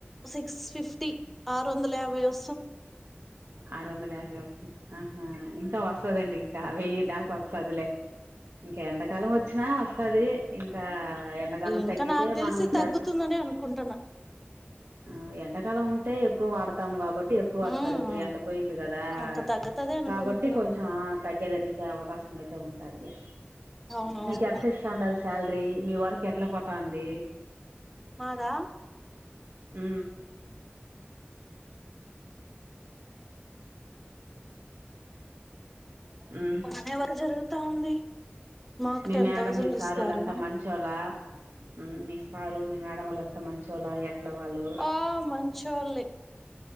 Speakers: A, in the centre; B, on the right.
A: సిక్స్ ఫిఫ్టీ ఆరు వందల యాభై వస్తూ
B: ఆరు వందల యాభై వసు ఆహా ఇంకా వ స్తదండి ఇంకా వెయ్యి దాకా వస్తాదిలే ఇంక ఎండాకాలం వచ్చినా వస్తది ఇంకా ఎండకాలం
A: ఇంకా
B: తగ్గితే
A: నాకు తెలిసి
B: మనం ఇంకా
A: తగ్గుతుందని అనుకుంటున్నా
B: ఆ ఎండకాలం ఉంటే ఎక్కువ వాడతాము కాబట్టి ఎక్కువ వస్తది
A: ఉమ్
B: ఇప్పుడు ఎండ పోయింది కదా
A: ఇంకా తగ్గుతది అనుకుంటున్నా
B: కాబట్టి కొంచెం ఆ తగ్గేదానికి అవకాశం అయితే ఉంటాదిలే
A: అవునవును
B: మీకు ఎంత ఇస్తాండారు సాలరీ మీ వర్క్ ఎట్లా పోతాంది
A: మాదా
B: ఉ ఉ
A: బానే వర్క్ జరుగుతా ఉంది మాకు
B: మీ
A: టెన్
B: మేడం
A: థౌజండ్
B: మీ సారోళ్లు
A: ఇస్తారు
B: అంత మంచి చొల్ల ఉ మీ సారు మీ మేడం వోళ్ళంత మంచోళ ఎ లో వాళ్ళు
A: ఆ మంచోల్లే